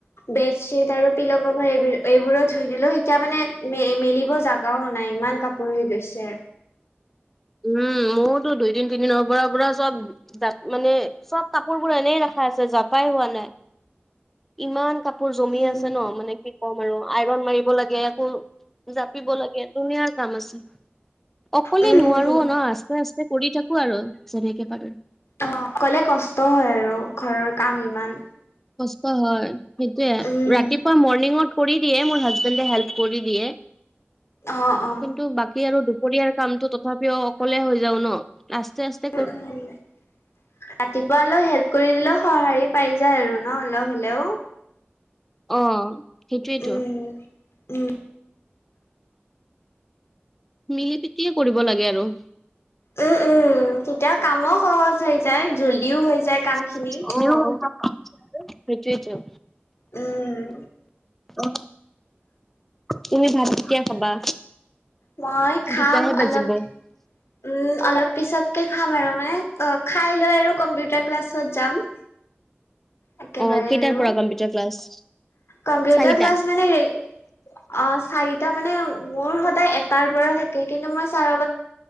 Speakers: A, on the left; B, in the centre.
A: বেডশ্বীট আৰু পিলোকভাৰ এইবোৰ এইবোৰো ধুই দিলো, এতিয়া মানে ম মেল ক জাগাও নাই, ইমান কাপোৰ হৈ গৈছে।
B: উম, মোৰতো দুইদিন তিনিদিনৰ পৰা পৰা চব জাপ, মানে চব কাপোৰবোৰ এনেই ৰখা আছে জপাই হোৱা নাই। ইমান কাপোৰ জমি
A: উম
B: আছে ন মানে কি কম আৰু আইৰন মাৰিব লাগে একো জাপিব লাগে ধুনীয়াাৰ কাম আছে। অকলে
A: উম
B: নোৱাৰো
A: উম
B: না আস্তে-আস্তে কৰি থাকো আৰু যেনেকে পাৰো।
A: অ, অকলে কষ্ট হয় আৰু ঘৰৰ কাম ইমান।
B: কষ্ট হয়, সেইটোয়ে
A: উম
B: ৰাতিপুৱা মৰ্ণিঙত কৰি দিয়ে মোৰ হাজবেন্ডে হেল্প কৰি দিয়ে
A: অ অ
B: কিন্তু বাকী আৰু দুপৰীয়াৰ কামটো তথাপিও অকলে হৈ যাও ন। আস্তে-আস্তে
A: উম, উম, ৰাতিপুৱা অলপ হেল্প কৰি দিলেও সহাৰি পাই যায় আৰু ন অলপ হ'লেও।
B: অ, সেইটোৱেতো।
A: উম উম,
B: মিলি পিতিয়ে কৰিব লাগে আৰু।
A: উম, উম, তেতিয়া কামো সহজ হৈ যায় জল্দিও হৈ যায়। কাম
B: সেইটোৱেটো,
A: খিনি উম
B: অ, তুমি ভাত কেতিয়া খাবা?
A: মই খাম
B: দুটাহে বাজিব
A: অলপ উম, অলপ পিছতকে খাম আৰু মানে অ, খাই লৈ আৰু কম্পিউটাৰ ক্লাছত যাম। একেবাৰে
B: অহ, কেইটাৰ
A: আৰু
B: পৰা কম্পিউটাৰ ক্লাছ?
A: কম্পিউটাৰ
B: চাৰিটা
A: ক্লাছ মানে হেৰী, অ চাৰিটা মানে মোৰ সদায় এটাৰ পৰা থাকে কিন্তু মই চাৰ